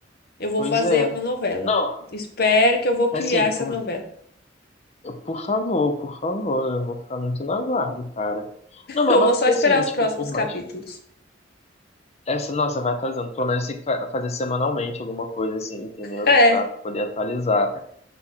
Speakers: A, on the left; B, on the left.
A: Eu vou
B: Pois
A: fazer
B: é.
A: uma novela.
B: Não,
A: Espero que eu vou criar
B: assim,
A: essa
B: por,
A: novela.
B: por favor, por favor, eu vou ficar muito no aguardo, cara.
A: <laughs>
B: Não, mas,
A: Eu
B: mas
A: vou
B: porque
A: só esperar
B: assim,
A: os
B: tipo,
A: próximos
B: por mais.
A: capítulos.
B: Essa, nossa, vai atualizando. Pelo menos tem que fa- fazer semanalmente alguma coisa, assim, entendeu?
A: É,
B: Pra poder atualizar.